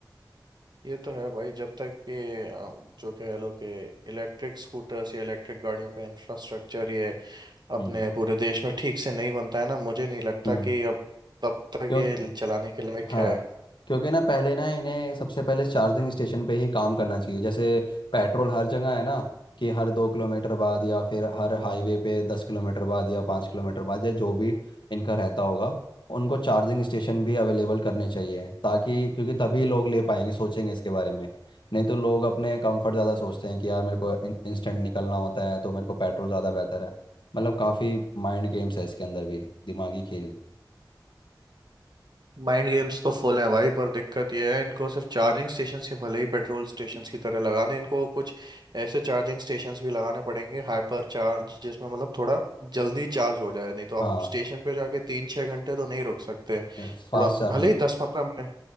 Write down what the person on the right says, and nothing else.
ये तो है भाई जब तक ये आ, जो कह लो कि इलेक्ट्रिक स्कूटर्स या इलेक्ट्रिक गाड़ियों का इंफ्रास्ट्रक्चर ये अपने
पूरे देश में ठीक से नहीं बनता है ना मुझे नहीं लगता
कि अब तब तक
ये चलाने के लायक
है
माइंड गेम्स तो फुल हैं भाई पर दिक्कत यह है इनको सिर्फ चार्जिंग स्टेशंस के भले ही पेट्रोल स्टेशंस की तरह लगा दें इनको कुछ ऐसे चार्जिंग स्टेशंस भी लगाने पड़ेंगे हाइपर चार्ज जिसमें मतलब थोड़ा जल्दी चार्ज हो जाए नहीं तो आप
स्टेशन पे जाके तीन छः घंटे तो नहीं रुक सकते
थोड़ा
भले ही दस पंद्रह मिनट